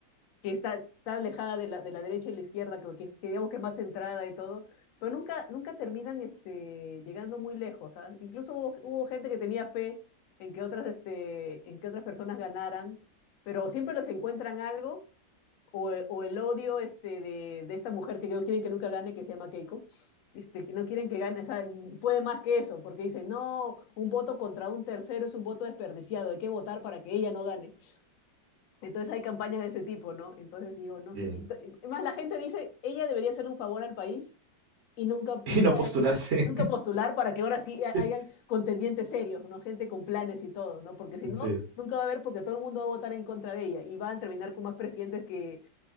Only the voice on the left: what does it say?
que está, está alejada de la, de la derecha y la izquierda, que, que, que digamos que es más centrada y todo, pero nunca, nunca terminan este, llegando muy lejos, ¿ah? Incluso hubo, hubo gente que tenía fe en que otras, este, en que otras personas ganaran, pero siempre les encuentran algo o, o el odio este, de, de, esta mujer que no quieren que nunca gane, que se llama Keiko, este, que no quieren que gane, o sea, puede más que eso, porque dicen, no, un voto contra un tercero es un voto desperdiciado, hay que votar para que ella no gane. Entonces hay campañas de ese tipo, ¿no? Entonces digo, no
sé.
Más la gente dice, ella debería hacerle un favor al país y nunca,
nunca,
eh, nunca postular para que ahora sí hayan
contendientes serios, ¿no? Gente con planes y todo, ¿no? Porque si
no, nunca va a haber porque todo el mundo va a votar en contra de ella y van a terminar con más presidentes que,